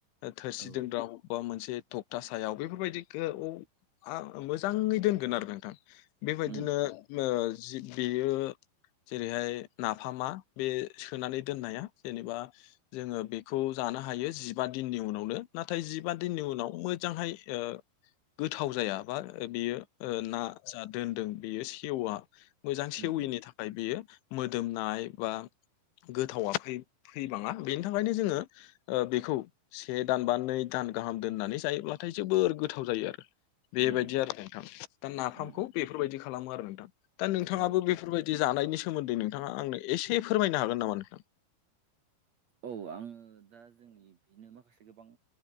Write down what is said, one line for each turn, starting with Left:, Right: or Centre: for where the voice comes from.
Left: थोरसि
Right: औ
Left: दोनग्रा बबेबा मोनसे थखथा सायाव बेफोरबायदि गो आ मोजाङै दोनगोन आरो नोंथां बेबायदिनो
Right: उम
Left: ओ जि बेयो जेरैहाय नाफामा बे सोनानै दोननाया जेनेबा जोङो बेखौ जानो हायो जिबा दिननि उनावनो नाथाय जिबा दिननि उनाव मोजांहाय ओ गोथाव जाया बा बियो ओ ना जा दोनदों बेयो सेवा मोजां सेवैनि
Right: उम
Left: था ओमफ्राय बेयो मोदोमनाय बा गोथाव आखाइ थैबाङा बेनि थाखायनो जोङो बेखौ से दान बा नै दान गाहाम दोननानै जायोब्लाथाय जोबोर गोथाव जायो आरो। बेबायदि
Right: उम
Left: आरो नोंथां। दा नाफामखौ
Right: उम
Left: बेफोरबायदि खालामो आरो नोंथां। दा नोंथाङाबो
Right: औ
Left: बेफोरबायदि जानायनि सोमोन्दै नोंथाङा आंनो एसे फोरमायनो हागोन नामा नोंथां?
Right: औ आङो दा जोंनि बिदिनो माखासे गोबां